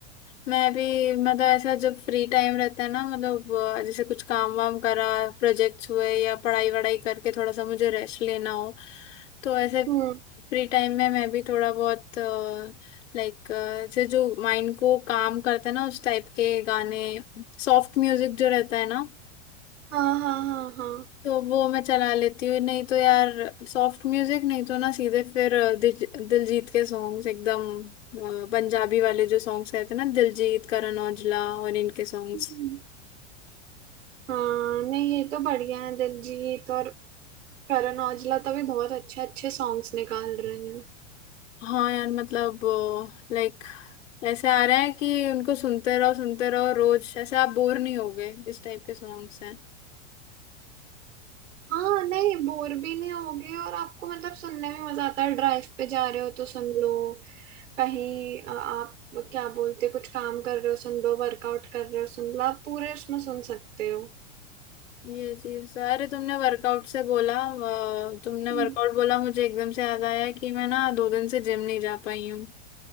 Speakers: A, on the left (about 80°); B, on the right (about 80°).
A: मैं भी मतलब ऐसा जब फ्री टाइम रहता है ना मतलब अ, जैसे कुछ काम वाम करा प्रोजेक्ट्स हुए या पढ़ाई वढ़ाई करके थोड़ा सा मुझे रेस्ट लेना हो तो ऐसे
B: हम्म
A: फ्री टाइम में मैं भी थोड़ा बहुत लाइक जैसे जो माइंड को काम करते हैं ना उस टाइप के गाने सॉफ्ट म्यूजिक जो रहता है ना
B: हाँ हाँ हाँ हाँ
A: तो वो मैं चला लेती हूँ नहीं तो यार सॉफ्ट म्यूजिक नहीं तो ना सीधे फिर अ, दिज- दिलजीत के सॉन्ग्स एकदम अ, पंजाबी वाले जो सॉन्ग्स रहते हैं ना दिलजीत करण औजला और इनके सॉन्ग्स
B: हम्म, हाँ नहीं ये तो बढ़िया है दिलजीत और करण औजला तो भी बहुत अच्छे अच्छे सॉन्ग्स निकाल रहे हैं
A: हाँ यार मतलब लाइक ऐसे आ रहा है कि उनको सुनते रहो सुनते रहो रोज ऐसे आप बोर नहीं होगे इस टाइप के सॉन्ग्स हैं
B: हाँ नहीं बोर भी नहीं होगे और आपको मतलब सुनने में मजा आता है ड्राइव पे जा रहे हो तो सुन लो कहीं अ, आप क्या बोलते कुछ काम कर रहे हो सुन लो वर्कआउट कर रहे हो सुन लो आप पूरे उसमें सुन सकते हो
A: ये चीज अरे तुमने वर्कआउट से बोला अ, तुमने
B: हम्म,
A: वर्कआउट बोला मुझे एकदम से याद आया कि मैं ना दो दिन से जिम नहीं जा पाई हूँ